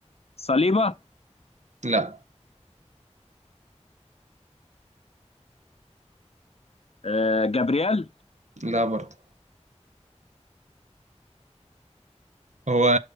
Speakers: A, on the left; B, on the right.
A: صليبة
B: لا
A: آه، جابرييل
B: لا برضه هو